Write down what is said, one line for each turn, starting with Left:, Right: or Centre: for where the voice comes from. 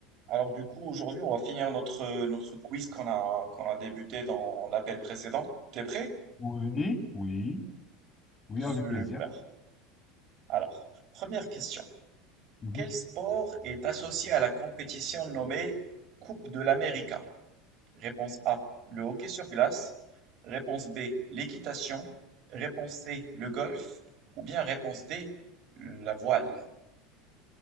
Right: Alors du coup, aujourd'hui, on va finir notre, notre quiz qu'on a, qu'on a débuté dans l'appel précédent. T'es prêt?
Left: Oui, oui, oui, avec
Right: Super.
Left: plaisir.
Right: Alors, première question.
Left: Mhm.
Right: Quel sport est associé à la compétition nommée Coupe de l'América? Réponse A, le hockey sur glace. Réponse B, l'équitation. Réponse C, le golf. Ou bien réponse D, la voile.